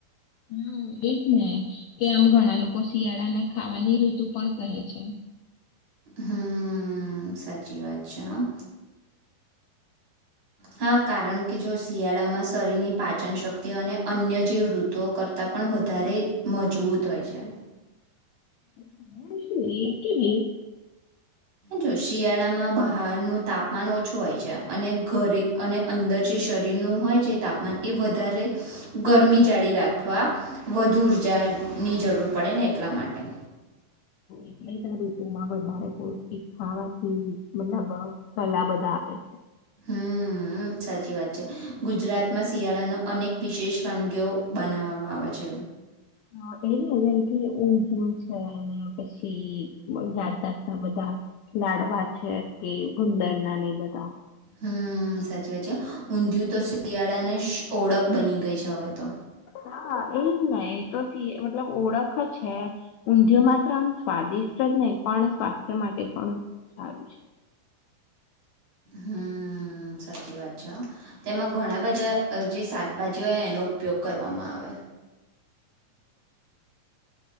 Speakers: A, on the left; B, on the right.
A: હમ, એજ ને કે, આમ ઘણા લોકો શિયાળાને ખાવાની ઋતુ પણ કહે છે.
B: હમ, સાચી વાત છે. હા. હા, કારણ કે જો શિયાળામાં શરીરની પાચન શક્તિ અને અન્ય જે ઋતુઓ કરતાં પણ વધારે મજબૂત હોય છે.
A: પણ એ કેમ એવું?
B: જો શિયાળામાં બહારનું તાપમાન ઓછું હોય છે, અને ઘરી અને અંદર જે શરીરનું હોય, જે તાપમાન એ વધારે ગરમી જાળી રાખવા વધુ ઉર્જા ની જરૂર પડે ને, એટલા માટે.
A: એટલે ઋતુ માં વધારે પૌષ્ટિક ખાવાથી મતલબ સલાહ બધા આપે છે.
B: હમ, સાચી વાત છે. ગુજરાતમાં શિયાળાનો અનેક વિશેષ વાનગીઓ બનાવવામાં આવે છે.
A: હ, એ ને જેમ કે ઊંધયું છે, પછી જાત જાતના બધા લાડવા છે કે, ગુંડર ના ને બધા.
B: હમ, સાચી વાત છે. ઊંધિયું તો શિયાળાને ઓળખ બની ગઈ છે, હવે તો.
A: હા, એજ નહી તો મતલબ ઓળખ છે, ઊંધિય માત્ર આમ સ્વાદિષ્ટ જ નહીં પણ સ્વાસ્થ્ય માટે પણ સારું છે.
B: હમ, સાચી વાત છે. હ તેમાં ઘણા બધા જે શાકભાજી હોય એનો ઉપયોગ કરવામાં આવે.